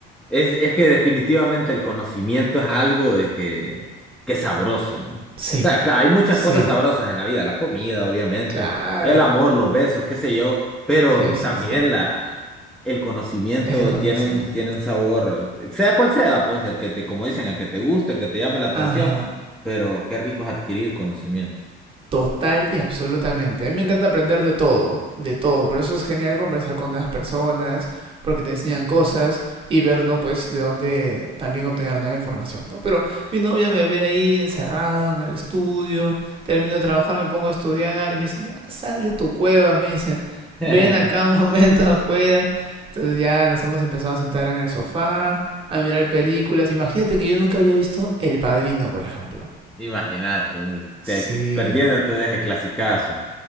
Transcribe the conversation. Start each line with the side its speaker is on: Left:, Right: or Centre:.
Centre: Es, es que definitivamente el conocimiento es algo de que, que es sabroso, ¿no? O
Right: Sí.
Centre: sea, claro, hay muchas
Right: Sí,
Centre: cosas sabrosas en la vida, la comida, obviamente,
Right: claro.
Centre: el amor, los besos, qué sé yo, pero
Right: Sí, sí,
Centre: también
Right: sí.
Centre: la, el conocimiento
Right: El conocimiento.
Centre: tiene un, tiene un sabor, sea cual sea, pues el que te, como dicen, el que te guste, el que te llame la atención,
Right: Ajá.
Centre: pero qué rico es adquirir conocimiento.
Right: Total y absolutamente. A mí me encanta aprender de todo, de todo. Por eso es genial conversar con nuevas personas, porque te enseñan cosas y ver, ¿no? Pues de dónde también obtener nueva información, ¿no? Pero mi novia me ve ahí encerrado en el estudio, termino de trabajar, me pongo a estudiar y me dice, ya sal de tu cueva, me dice,
Centre: <laughs>
Right: ven acá un <laughs> momento afuera. Entonces ya nos hemos empezado a sentar en el sofá, a mirar películas. Imagínate que yo nunca había visto El Padrino, por ejemplo.
Centre: Imagínate, hombre,
Right: Sí,
Centre: te, perdiéndote de ese clasicazo.